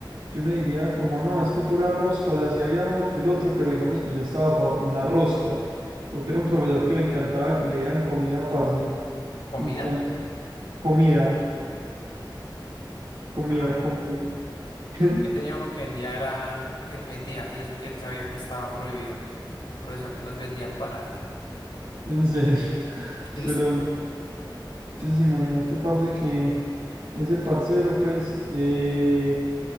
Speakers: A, on the right; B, on the left.
A: yo no diría como no, es que pura rosca, o sea, sí había uno que el otro, pero digamos que yo estaba fa- en la rosca, porque era un profesor que le encantaba que le dieran comida, parce.
B: ¿Comida?
A: Entonces, comida, comida,
B: Ah,
A: comida. <laughs>
B: yo tenía uno que vendía, era, él vendía, y eso que él sabía que estaba prohibido. Un profesor que nos vendía empanadas.
A: En serio.
B: <laughs>
A: Pero,
B: Es-
A: entonces imagínate, parce, que ese parcero, pues, eh,